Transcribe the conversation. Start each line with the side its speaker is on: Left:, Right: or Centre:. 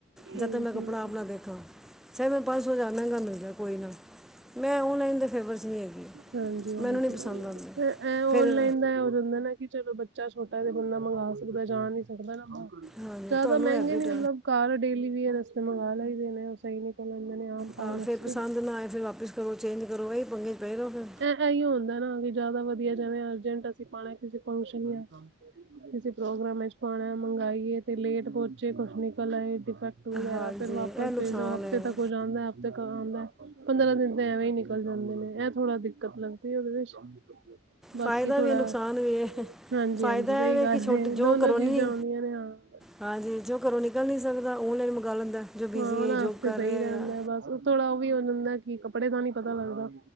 Centre: ਜਦ
Right: ਹੂੰ-ਹੂੰ
Centre: ਤੱਕ ਮੈਂ ਕੱਪੜਾ ਆਪ ਦੇਖ ਸਈ, ਮੈ ਪੰਜ ਸੌ, ਹਜ਼ਾਰ ਮਹਿੰਗਾ ਮਿਲ ਜਾਏ ਕੋਈ ਨਾ ਮੈਂ ਔਨਲਾਈਨ ਦੇ ਫੇਵਰ ਚ ਨਹੀਂ ਹੈਗੀ।
Right: ਹਾਂਜੀ-ਹਾਂਜੀ,
Centre: ਮੈਨੂੰ ਨਹੀਂ ਪਸੰਦ ਆਉਂਦੇ
Right: ਏ ਆਨਲਾਈਨ
Centre: ਫਿਰ
Right: ਦਾ। ਏ ਹੋ ਜਾਂਦਾ ਨਾ ਕਿ ਚਲੋ ਬੱਚਾ ਛੋਟਾ ਏ ਬੰਦਾ ਮੰਗਵਾ ਸਕਦਾ ਜਾ ਨੀ ਸਕਦਾ ਨਾ ਬਾਹਰ।
Centre: ਹਾਂਜੀ
Right: ਜ਼ਿਆਦਾ
Centre: ਤੁਹਾਨੂੰ
Right: ਮਹਿੰਗੇ
Centre: ਹੈਬਿਟ
Right: ਨੀ ਮਤਲਬ ਘਾਰ ਡੇਲੀ ਵੀਏਰ ਵਾਸਤੇ ਮੰਗਵਾ ਲਈਦੇ ਨੇ ਉਹ ਸਹੀ ਨੀਕਲ ਆਂਦੇ ਨੇ ਆਮ। ਪਾਣ
Centre: ਹਾਂ,
Right: ਵਾਸਤੇ
Centre: ਫਿਰ ਪਸੰਦ ਨਾ ਆਏ ਫਿਰ ਵਾਪਿਸ ਕਰੋ, ਚੇਂਜ ਕਰੋ ਇਹੀ ਪੰਗੇ ਚ ਪਏ ਰਹੋ ਫਿਰ।
Right: ਇਹੀ ਹੁੰਦਾ, ਨਾ ਕਿ ਜਿਆਦਾ ਵਧੀਆ ਜਾਵੇ ਅਰਜੈਂਟ ਅਸੀਂ ਪਾਣਾ ਕਿਸੇ ਫੰਕਸ਼ਨ ਕਿਸੇ ਪ੍ਰੋਗਰਾਮ ਵਿੱਚ ਪਾਣਾ, ਮੰਗਾਇਏ ਤੇ ਲੇਟ ਪਹੁੰਚੇ, ਕੁਛ ਨਿਕਲ ਆਏ ਡੀਫੈਕਟ ਸੂਟ ਵਗੈਰਾ,
Centre: ਹਾਂਜੀ
Right: ਫੇਰ ਵਾਪਸ
Centre: ਇਹ ਨੁਕਸਾਨ
Right: ਭੇਜੌ, ਹਫ਼ਤੇ
Centre: ਹੈ
Right: ਤੱਕ ਉ ਜਾਂਦਾ। ਤੇ ਆਉਂਦਾ, ਪੰਦਰਾਂ ਦਿਨ ਤਾਂ ਐਵੇਂ ਹੀ ਨਿਕਲ ਜਾਂਦੇ ਨੇ ਇਹ ਥੋੜਾ ਦਿੱਕਤ ਲੱਗਦੀ ਹੈ ਉਹਦੇ ਵਿੱਚ। ਬਾਕੀ
Centre: ਫਾਇਦਾ
Right: ਥੋੜਾ
Centre: ਵੀ ਨੁਕਸਾਨ ਵੀ ਹੈ।
Right: ਹਾਂਜੀ
Centre: ਫਾਇਦਾ
Right: ਹਾਂਜੀ ਸਹੀ
Centre: ਇਹਵੇ
Right: ਗੱਲ
Centre: ਕਿ ਛੋਟਾ
Right: ਹੈ
Centre: ਜੋ
Right: ਦੋਨੋ
Centre: ਘਰੋ ਨੀ
Right: ਚੀਜ਼ਾਂ ਆਉਂਦੀਆਂ ਨੇ ਹਾਂ
Centre: ਹਾਂਜੀ, ਜੋ ਘਰੋਂ ਨਿਕਲ ਨਹੀਂ ਸਕਦਾ, ਔਨਲਾਈਨ ਮੰਗਾਵਾ ਲੈਂਦਾ ਜੋ ਬਿਜ਼ੀ
Right: ਹਾਂ ਉਹਨਾਂ
Centre: ਏ, ਜੋਬ
Right: ਵਾਸਤੇ
Centre: ਕਰ
Right: ਸਹੀ
Centre: ਰਿਹਾ
Right: ਰਹਿੰਦਾ
Centre: ਯਾ
Right: ਬਸ ਥੋੜਾ ਉ ਵੀ ਹੋ ਜਾਂਦਾ ਕਿ ਕੱਪੜੇ ਦਾ ਨੀ ਪਤਾ ਲੱਗਦਾ,